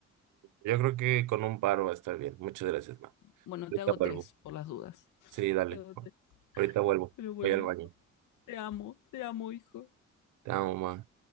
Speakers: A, on the right (about 85°); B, on the left (about 85°).
A: Yo creo que con un paro va a estar bien. Muchas gracias, mamá.
B: Bueno,
A: Ahorita
B: te hago
A: vuelvo.
B: tres por las dudas. <laughs>
A: Sí, dale.
B: Te hago
A: ma.
B: tres.
A: Ahorita vuelvo.
B: Pero bueno,
A: Voy al
B: hijo,
A: baño.
B: te amo, te amo, hijo.
A: Te amo, mamá.